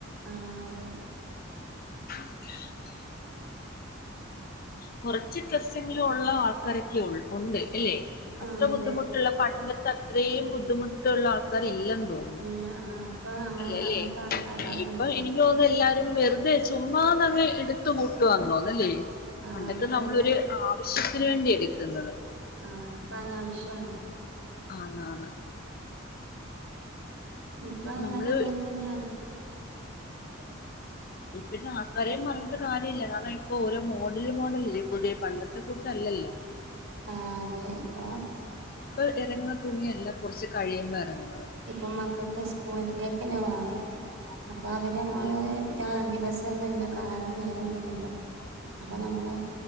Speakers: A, on the right (about 75°); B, on the left (about 45°).
A: ആഹ് അതെ
B: <unintelligible> കുറച്ച് ഡ്രസ്സെങ്കിലും ഉള്ള ആൾ കരക്കിയോൾ ഉണ്ട് ഇല്ലേ? അത്ര
A: ആഹ്
B: ബുദ്ധിമുട്ടില്ല.
A: അതെ
B: പണ്ട് അത്രേയും ബുദ്ധിമുട്ടുള്ള ആൾക്കാരില്ലെന്ന് തോന്നുന്നു.
A: ഇല്ല ആ ഇപ്പൊ അങ്ങനെ
B: ഇല്ലല്ലേ?
A: അങ്ങനത്തെ ആൾക്കാർ ആളുകളില്ല
B: ഇപ്പോ എനിക്ക് തോന്നുന്നു എല്ലാ <unintelligible> വെറുതെ ചുമ്മാതങ്ങ് എടുത്തു കൂട്ടുവാന്ന് തോന്നുന്നല്ലെ?
A: ആ
B: പണ്ടൊക്കെ
A: അപ്പൊ
B: നമ്മളൊരു ആവശ്യ ശ്യത്തിന് വേണ്ടി എടുക്കുന്നത്.
A: ആഹ് ഇപ്പൊ അനാവശ്യാണ്.
B: ആന്ന് ആന്ന്.
A: ഇപ്പ അല്ലാത്
B: നമ്മള്
A: അങ്ങനെ തന്നെയാണ്. തെ
B: ഇപ്പിന്നെ ആൾകാരേം പറഞ്ഞിട്ട് കാര്യല്ല. ഇതാണേ ഇപ്പോ ഓരോ മോഡല് മോഡൽ ഇല്ലേ പുതിയ പണ്ടത്തെ കൂട്ടല്ലല്ലോ.
A: ആ അതെ ഇപ്പൊ
B: ഇപ്പോ ഇറങ്ങുന്ന തുണിയല്ല കുറച്ച് കഴിയുമ്പോ ഇറങ്ങുന്നത്.
A: ഇപ്പം മക്കൾക്ക് സ്കൂളിലേക്കന്നെ വേണം. അപ്പൊ അവര് നമ്മളെ
B: അത്
A: ന്റെ ആ ദിവസം ഒന്നില്ല കാലം നേരൊന്നൊന്നില്ലല്ലോ. അപ്പൊ നമ്മള്